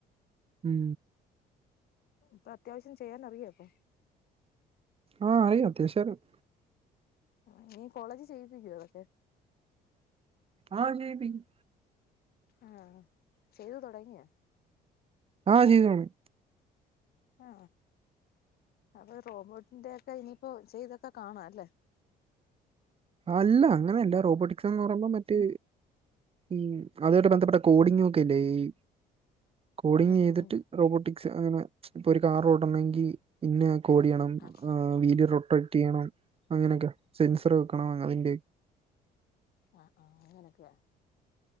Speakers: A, on the right (about 35°); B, on the left (about 65°).
A: മ്
B: ഇപ്പ അത്യാവശ്യം ചെയ്യാൻ അറിയോ ഇപ്പ?
A: ആഹ് അറിയും, അത്യവശ്യം അറിയും.
B: ആഹ് നീ കോളേജിൽ ചെയ്യിപ്പിക്കുവോ അതൊക്കെ?
A: ആ ചെയ്പ്പിക്കും.
B: ആഹ് ചെയ്തു തൊടങ്ങിയോ?
A: ആ ചെയ്ത് തൊടങ്ങി.
B: ആ അപ്പോ റോബോർട്ടിന്റെ ഒക്കെ ഇനിപ്പോ ചെയ്തൊക്ക കാണാല്ലേ?
A: അല്ല അങ്ങനെയല്ല, റോബോട്ടിക്സ്ന്ന് പറയുമ്പോ മറ്റേ ഉം അതുമായി ബന്ധപ്പെട്ട കോഡിങൊക്കെല്ലേ ഈ കോഡിങ്ങെയ്തിട്ട്
B: ഉം ഉം ഉം
A: റോബോട്ടിക്സ് അങ്ങനെ ഇപ്പൊ ഒരു കാർ ഓടണെങ്കി ഇന്ന കോഡെയ്യണം
B: ആഹ് ആഹ്
A: വീഡിയോ റൊട്ടക്ട്റ്റെയ്യണം അങ്ങനൊക്കെ സെൻസർ
B: ഉം ഉം
A: ന്റെ <unintelligible>
B: ആഹ് ആഹ് അങ്ങനൊക്കെയ